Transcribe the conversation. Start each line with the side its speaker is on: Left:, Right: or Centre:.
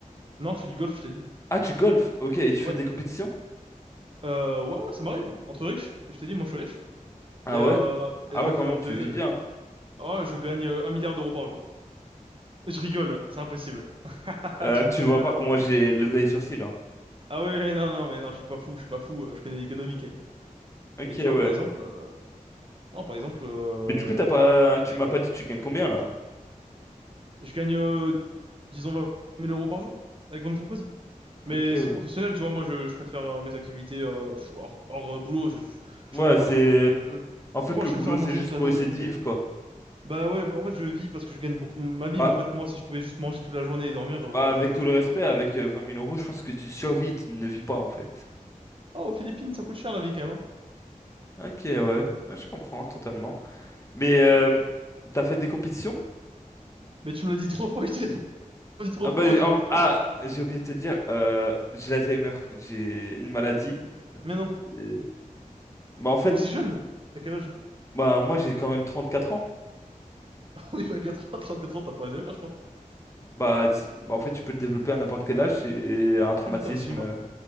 Right: Non, je fais du golf, je t'ai dit.
Left: Ah, tu golfes, ok, et tu fais
Right: Ouais.
Left: des compétitions?
Right: Euh, ouais, ouais, ça m'arrive. Entre riches. Je t'ai dit, moi, je suis riche.
Left: Ah
Right: Et, euh,
Left: ouais? Ah
Right: et donc,
Left: ouais, quand
Right: euh,
Left: même,
Right: on fait,
Left: tu
Right: euh,
Left: vis bien. hein.
Right: oh, je gagne euh, un milliard d'euros par jour. Je rigole, c'est impossible. <laughs>
Left: Euh,
Right: Tu me
Left: tu
Right: connais
Left: vois
Right: maintenant.
Left: pas comment j'ai levé les sourcils, là.
Right: Ah oui, oui, non, non, mais non, je suis pas fou, je suis pas fou, euh, je connais l'économie quand même.
Left: Ok,
Right: Mais tu
Left: ouais.
Right: vois, par exemple, euh, non, par exemple, euh,
Left: Mais du coup, t'as pas, tu
Right: c'est des
Left: m'as
Right: golfs,
Left: pas dit
Right: quoi.
Left: tu gagnes combien, là?
Right: Je gagne, euh, disons, 20 000 euros par jour avec mon entreprise. Mais
Left: Ok, ouais.
Right: c'est professionnel, tu vois, moi, je, je préfère euh, mes activités euh, fou- hors, hors, euh, boulot, je, je-
Left: Ouais,
Right: j'en ai marre
Left: c'est,
Right: du boulot. moi. Je-
Left: en fait,
Right: franchement,
Left: le
Right: je
Left: boulot,
Right: préfère manger
Left: c'est juste
Right: toute la
Left: pour
Right: journée.
Left: essayer de vivre, quoi.
Right: Bah ouais, bah en fait, je vis parce que je gagne beaucoup ma vie,
Left: Bah,
Right: mais en fait, moi, si je pouvais juste manger toute la journée et dormir, euh,
Left: Bah, avec
Right: bah je le
Left: tout
Right: ferais
Left: le
Right: quoi.
Left: respect, avec euh, 20 000 euros, je pense que tu survis, tu ne vis pas en fait.
Right: Oh, aux Philippines, ça coûte cher la vie quand même, hein.
Left: Ok, ouais, Bah, je comprends totalement. Mais euh, t'as fait des compétitions?
Right: Mais tu me l'as dit trois fois, <laughs> je te l'ai <laughs> dit trois
Left: Ah bah,
Right: fois,
Left: j'ai
Right: tu
Left: oh,
Right: m'écoutes pas
Left: ah,
Right: en fait.
Left: j'ai oublié de te dire, euh, j'ai l'Alzheimer, j'ai une maladie.
Right: Mais non.
Left: Euh, Bah en fait,
Right: Aussi jeune? T'as quel âge?
Left: bah moi j'ai quand même 34 ans.
Right: <laughs> Oui, bah 80, 34 ans, t'as pas Alzheimer, je crois.
Left: Bah, si- bah, en fait, tu peux le développer à n'importe quel âge et un traumatisme.
Right: Ah d'accord, excuse-moi.
Left: euh,